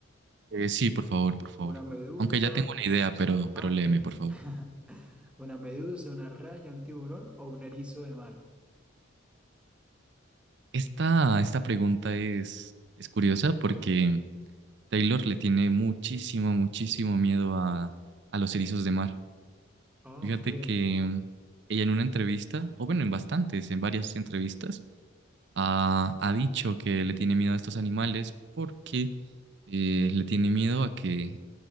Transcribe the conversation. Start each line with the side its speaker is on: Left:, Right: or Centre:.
Right: Eh, sí, por favor, por favor.
Centre: ¿Una medusa?
Right: Aunque ya tengo una idea, pero,
Centre: Ah,
Right: pero
Centre: ok.
Right: léeme, por favor.
Centre: <laughs> Una medusa, una raya, un tiburón o un erizo de mar.
Right: Esta, esta pregunta es, es curiosa porque Taylor le tiene muchísimo, muchísimo miedo a, a los erizos de mar.
Centre: Ah,
Right: Fíjate
Centre: ok.
Right: que
Centre: <laughs>
Right: ella en una entrevista, o bueno, en bastantes, en varias entrevistas, ha, ha dicho que le tiene miedo a estos animales porque eh, le tiene miedo a que